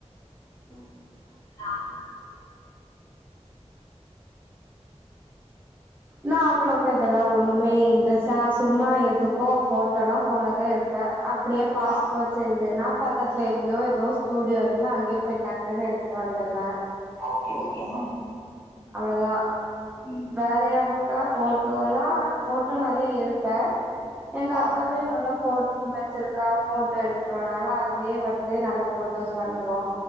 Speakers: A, on the left; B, on the right.
A: ம்
B: நா அவ்வளவு <unintelligible> ஒண்ணுமே இன்ட்ரெஸ்ட் நா சும்மா எதுக்கோ போட்டோனா போன்ல தா எடுப்பே அப்டியே பாஸ்போர்ட்
A: ஆ
B: சைஸ் வேன்னா பாக் பக்கத்துல எங்கயோ ஏதோ ஸ்டூடியோ இருந்தா அங்கயே போயி டக்குன்னு எடுத்துட்டு வந்துடுவே
A: ஓகே ஓகே மேம்
B: அவ்ளோதா
A: ம்
B: வேற எவ்வோ நா போட்டோல்லா போட்டோ நெறைய எடுப்பே எங்க
A: ஆ
B: அக்காவே நல்லா போட் வச்சிருக் கா போட்டோ எடுத்துடுவா‌ நாளா அதுலயே வந்து நல்ல போட்டோஸ் வந்துடு